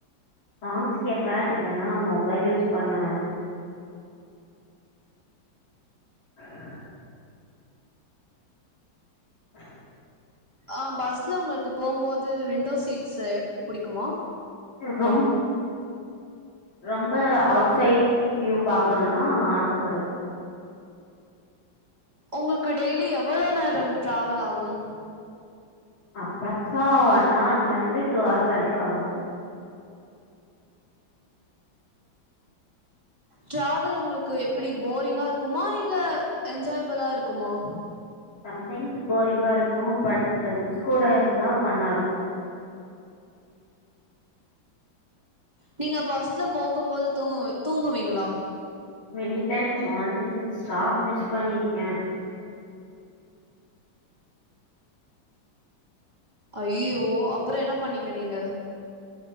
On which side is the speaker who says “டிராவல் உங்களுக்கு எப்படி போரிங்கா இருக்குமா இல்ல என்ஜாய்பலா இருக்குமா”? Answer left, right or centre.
Right